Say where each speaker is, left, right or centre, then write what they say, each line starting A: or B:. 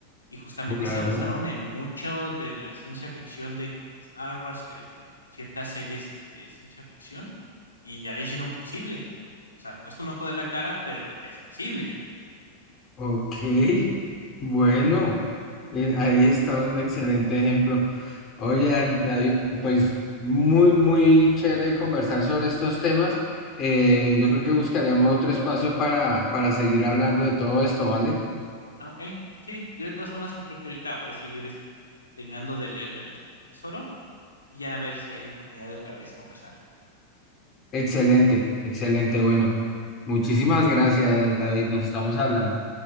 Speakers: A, on the left; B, on the left.
A: y justamente
B: Voladora.
A: se basaron en mucho de la ciencia ficción de que de Star Wars, que de ciertas series, este, de ciencia ficción, y ya le hicieron posible. O sea, cuesta un ojo de la cara, pero ya es posible.
B: Ok, bueno, eh, ahí está un excelente ejemplo. Oye,
A: Ujú.
B: An- David, pues muy, muy chévere conversar sobre estos temas. Eh, yo creo que buscaríamos otro espacio para, para seguir hablando de todo esto, ¿vale?
A: Ah, okey. Sí, de todas formas, yo creo que ahorita voy a seguir, este, terminando de leerme La Isla del Tesoro, y ya a ver si hay oportunidad de otra vez conversar.
B: Excelente, excelente. Bueno, muchísimas gracias, David. Nos estamos hablando.